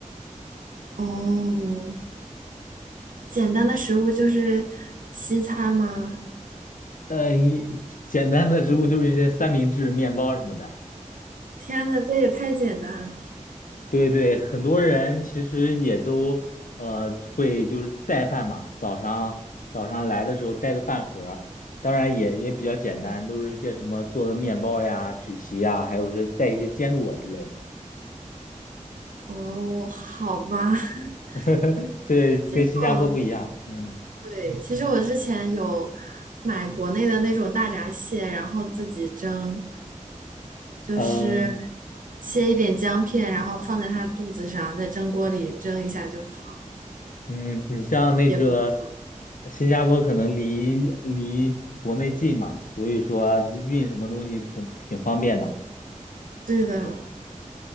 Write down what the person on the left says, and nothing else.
呃，一简单的食物就是一些三明治、面包什么的。
对对，很多人其实也都呃会就是带饭嘛，早上早上来的时候带个饭盒儿当然也也比较简单，都是一些什么做的面包呀、曲奇呀，还有是带一些坚果之类的。
<laughs> 对，跟新加坡不一样。
嗯
嗯
嗯，你像那个
新加坡可能离离国内近嘛，所以说运什么东西挺挺方便的。